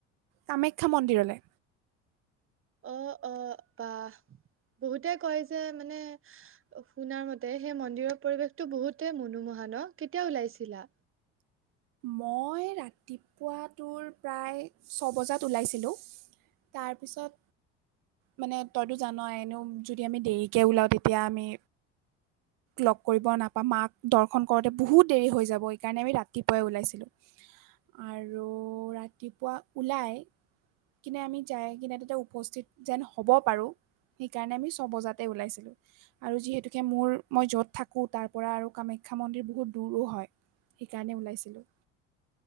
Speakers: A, on the right (about 65°); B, on the right (about 35°).
A: কামাখ্যা মন্দিৰলে।
B: অ অ বাহ। বহুতে কয় যে মানে শুনাৰ মতে সেই মন্দিৰৰ পৰিৱেশতো বহুতে মনোমোহা। ন কেতিয়া ওলাইছিলা?
A: মই ৰাতিপুৱা তোৰ প্ৰায় ছ বজাত ওলাইছিলোঁ। তাৰ পিছত। মানে তইটো জানই এনেও যদি আমি দেৰিকে ওলাও তেতিয়া আমি লগ কৰিব নাপাম মাক দৰ্শন কৰোতে বহুত দেৰি হৈ যাব। এইকাৰণে আমি ৰাতি পুৱাই ওলাইছিলোঁ আৰু ৰাতিপুৱা ওলাই কিনে আমি যাই কিনে তোতে উপস্থিত যেন হব পাৰো। সেইকাৰণে আমি ছবজাতে ওলাইছিলো আৰু যিহেতুকে মোৰ মই য'ত থাকো তাৰ পৰা আৰু কামা ক্ষা মন্দিৰ বহুত দূৰো হয়। সেইকাৰণে ওলাইছিলোঁ।